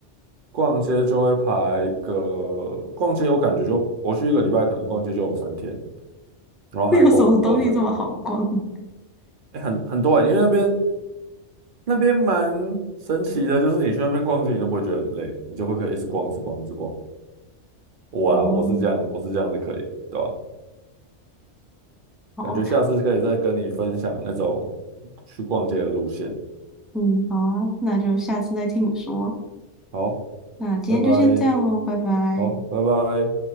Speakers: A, on the right (about 55°); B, in the centre.
A: 逛街就会排个，逛街我感觉就我去一个礼拜，可能逛街就有三天，然后还逛不够这样。
B: <laughs> 有什么东西这么好逛？<laughs>
A: 哎，很很多人，因为那边那边蛮神奇的，就是你去那边逛街，你都不会觉得很累，你就会可以一直逛，一直逛，一直逛。我啦，
B: 哦，
A: 我是这样，我是这样子可以，对吧？
B: 好，
A: 感觉下次可以再跟你分享那种去逛街的路线。
B: 嗯，好啊，那就下次再听你说。
A: 好，
B: 那今天就先这样喽，
A: 拜拜。
B: 拜拜。
A: 好，拜拜。